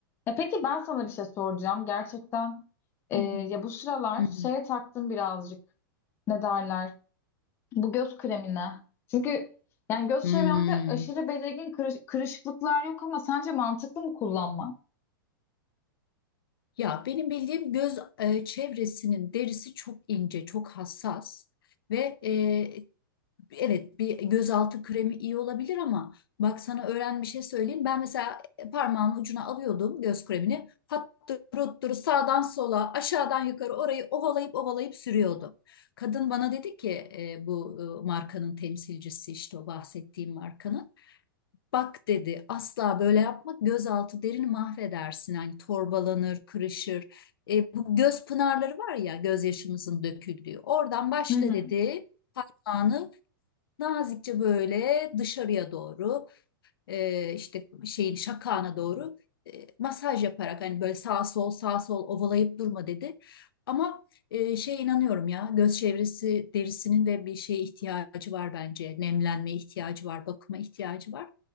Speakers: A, on the left; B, on the left.
A: E peki ben sana bir şey soracağım. Gerçekten e,
B: Hı
A: ya
B: hı.
A: bu sıralar
B: Hı
A: şeye
B: hı.
A: taktım birazcık. Ne derler? Bu göz kremine. Çünkü yani göz
B: Hmm.
A: çevremde aşırı belirgin kırış- kırışıklıklar yok ama sence mantıklı mı kullanma?
B: Ya benim bildiğim göz e, çevresinin derisi çok ince, çok hassas ve e, evet bir gözaltı kremi iyi olabilir ama bak sana öğren bir şey söyleyeyim. Ben mesela parmağımın ucuna alıyordum göz kremini. Hattıruttur sağdan sola aşağıdan yukarı orayı ovalayıp ovalayıp sürüyordum. Kadın bana dedi ki e, bu e, markanın temsilcisi işte o bahsettiğim markanın. Bak dedi asla böyle yapma gözaltı derini mahvedersin. Hani torbalanır, kırışır. E, bu göz pınarları var ya gözyaşımızın döküldüğü. Oradan başla
A: Hı hı.
B: dedi parmağını nazikçe böyle dışarıya doğru e, işte şeyin şakağına doğru e, masaj yaparak hani böyle sağ sol sağ sol ovalayıp durma dedi. Ama e, şey inanıyorum ya göz çevresi derisinin de bir şeye ihtiyacı var bence. Nemlenmeye ihtiyacı var, bakıma ihtiyacı var.